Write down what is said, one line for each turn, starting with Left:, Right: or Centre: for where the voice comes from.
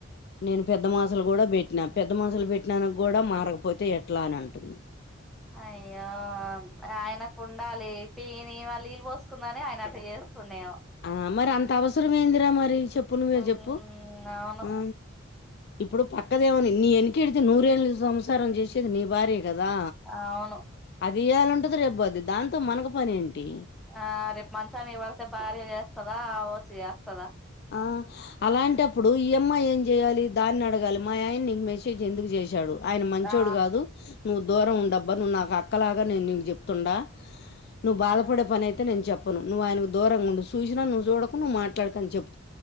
Left: నేను పెద్ద మాసలు కూడా బెట్ పెట్టినా పెద్ద మంసలు పెట్టినాక కూడా మారకపోతే ఎట్లా అని అంటుంది
Centre: అయ్యో ఆయనకు ఉండాలి తి ఈయన వాళ్ళు నీళ్లు పోసుకుందని ఆయన అట్ట చేసుకుండేవా
Left: ఆ మరి అంత అవసరం ఏందిరా మరి చెప్పు నువ్వే
Centre: ఉమ్
Left: చెప్పు
Centre: అవును
Left: ఆ ఇప్పుడు పక్క అక్కదేమని నీ వెనకెడితే నూరేళ్ళ సంసారం చేసేది నీ భార్య కదా
Centre: అవును
Left: అది ఇయ్యాల ఉంటది రెబ్బోద్ది దాంతో మనకు పని ఏంటి
Centre: ఆ రేపు మంచాన్ని వడితే భార్య చేస్తదా ఆ వచ్చి చేస్తదా
Left: ఆ అలాంటప్పుడు ఈ అమ్మ ఏం జేయ్యలి దాన్ని అడగాలి మా ఆయన నీకు మెసేజ్ ఎందు చేసాడు ఆయన మంచోడు
Centre: ఆ
Left: కాదు నువ్వు దూరం ఉండబ్బా నువ్వు నాకు అక్కలాగా నేను నీకు జెప్తుండ నువ్వు బాధపడే పని అయితే నేను జెప్పను నువ్వు ఆయన దూరంగా ఉండు సూచిన నువ్వు చూడకు నువ్వు మాట్లాడుకని చెప్పు